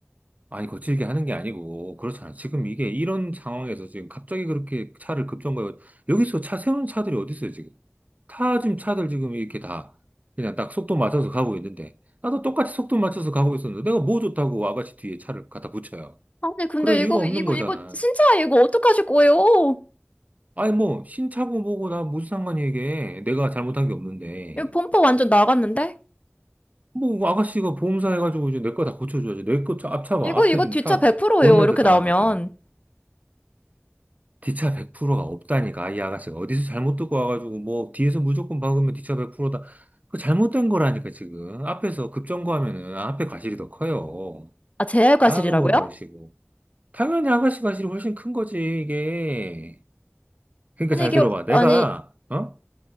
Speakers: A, on the right; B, on the left.
A: 아니, 거칠게 하는 게 아니고, 그렇잖아. 지금 이게 이런 상황에서 지금 갑자기 그렇게 차를 급정거해. 여기서 차 세우는 차들이 어디 있어요, 지금? 타 지금 차들 지금 이렇게 다 그냥 딱 속도 맞춰서 가고 있는데, 나도 똑같이 속도 맞춰서 가고 있었는데, 내가 뭐 좋다고 와같이 뒤에 차를 갖다 붙여요.
B: 아니, 근데
A: 그럴
B: 이거,
A: 이유가 없는
B: 이거,
A: 거잖아.
B: 이거, 진짜 이거 어떡하실 거예요?
A: 아니 뭐 신차고 뭐고 나 무슨 상관이 이게 내가 잘못한 게 없는데
B: 이거 범퍼 완전 나갔는데?
A: 뭐 아가씨가 보험사 해가지고 이제 내 거 다 고쳐줘야지 내 거 차 앞차봐
B: 이거,
A: 앞에
B: 이거
A: 지금
B: 뒷차
A: 차
B: 100%예요.
A: 본네트
B: 이렇게
A: 다
B: 나오면.
A: 나갔잖아 뒤차 100%가 없다니까 이 아가씨가 어디서 잘못 듣고 와가지고 뭐 뒤에서 무조건 박으면 뒤차 100%다 그 잘못된 거라니까 지금 앞에서 급정거하면은 앞에 과실이 더 커요
B: 아, 제 과실이라고요?
A: 아 그걸 모르시고 당연히 아가씨 과실이 훨씬 큰 거지 이게 그러니까
B: 아니,
A: 잘
B: 이게,
A: 들어봐 내가
B: 아니,
A: 어?